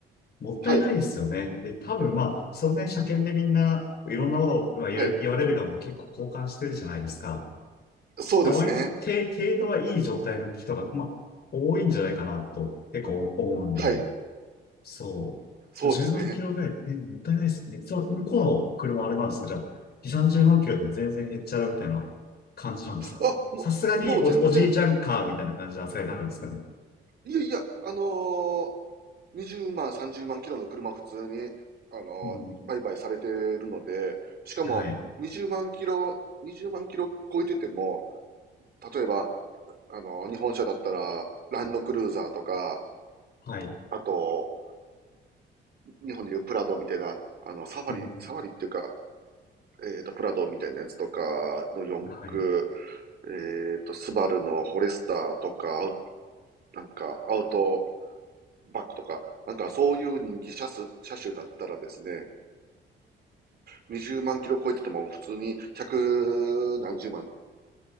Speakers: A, on the left; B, on the right.
A: もったいないですよね。
B: はい、
A: で、多分まあ、それね、車検でみんな、いろんなものをまあ言われ言われるがも結構交換してるじゃないですか。
B: はい。
A: だか
B: そうですね。
A: ら割と低、て程度はいい状態の人が、まあ、多いんじゃないかなと、結構思うんで。
B: はい、
A: そう。
B: そうですね。
A: 10万キロぐらい、え、もったいないですね。そう、向こうの車あれなんですかじゃあ、2、30万キロでも全然へっちゃらみたいな感じなんですかさすがにお、
B: あ、もう、もう全然、
A: おじいちゃんカーみたいな感じの扱いになるんですかね。
B: いやいや、あのー、20万、30万キロの車普通に、あのー、
A: うん。
B: 売買されてるので、しかも20万キロ、
A: はい。
B: 20万キロ超えてても、例えば、あのー日本車だったら、ランドクルーザーとか、
A: はい。
B: あと、日本でいうプラドみたいな、あの、サファリ、
A: うん。
B: サファリっていうか、えっと、プラドみたいなやつとかの四駆、
A: はい。
B: えっと、スバルのフォレスターとか、アウなんか、アウト、バックとか、なんかそういう人気車種、車種だったらですね、20万キロ超えてても普通に百何十万